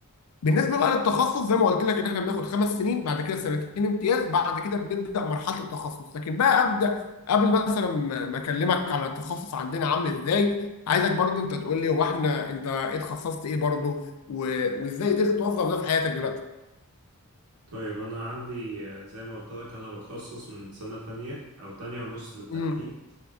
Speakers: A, on the left; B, on the right.
A: بالنسبه بقى للتخصص زي ما قلت لك ان احنا بناخد خمس سنين بعد كده سنتين امتياز بعد كده بنبدا مرحله التخصص لكن بقى ابدا قبل مثلا ما ما اكلمك على التخصص عندنا عامل ازاي عايزك برضو انت تقول لي هو احنا انت ايه اتخصصت ايه برضو و- وازاي قدرت توظف ده في حياتك دلوقتي
B: طيب انا عندي آه، زي ما قلت لك انا بتخصص من سنة تانية او تانية ونص بالتحديد
A: امم